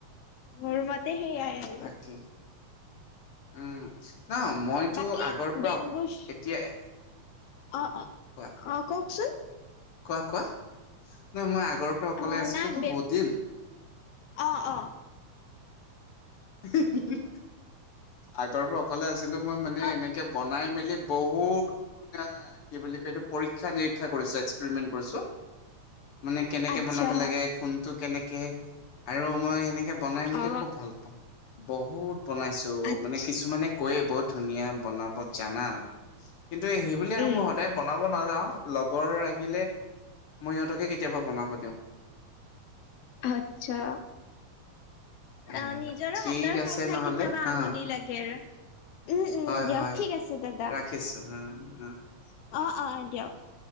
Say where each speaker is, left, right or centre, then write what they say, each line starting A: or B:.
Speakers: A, on the left (about 85°); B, on the left (about 65°).
A: মোৰ মতে সেইয়া।
B: তাকে। উম, ন মইতো
A: বাকী
B: আগৰ পৰা
A: বেম্বুচ
B: এতিয়া
A: অ', অ',
B: কোৱা
A: অ' কওঁকচোন?
B: কোৱা কোৱা নহ মই আগৰ পৰা অকলে
A: অ
B: আছিলোতো
A: নাই বেম
B: বহুত দিন
A: অ অ
B: <unintelligible> আগৰ পৰা অকলে আছিলো মই মানে
A: অ
B: এনেকে বনাই মেলি বহুত ধুনীয়া কি বুলি কয় এইটো পৰীক্ষা নিৰীক্ষা কৰিছে। এস্ক প্ৰিমেণ্ট কৰিছো। মানে কেনেকে
A: আচ্ছা
B: বনাব লাগে কোনটো কেনেকে আৰু মই সেনেকে বনাই মেলি
A: অ
B: খুব ভাল পাওঁ। বহুত বনাইছো
A: আচ্ছ
B: মানে কিছুমানে কৈয় বৰ ধুনীয়া বনাব জানা। কিন্তু সেইবুলি আৰু
A: উম
B: মই সদায় বনাব নাযাওঁ লগৰ আহিলে মই সিহঁতকে কেতিয়াবা বনাব দিওঁ।
A: আচ্ছা
B: উম,
A: অ', নিজৰো
B: ঠিক
A: হাতৰ
B: আছে
A: খাই খাই
B: নহ'লে
A: কেতিয়াবা
B: হা
A: আমনি লাগে উম, উম
B: হয়
A: দিয়ক
B: হয়
A: ঠিক আছে দাদা।
B: ৰাখিছো
A: অ',
B: হা হা।
A: অ' দিয়ক।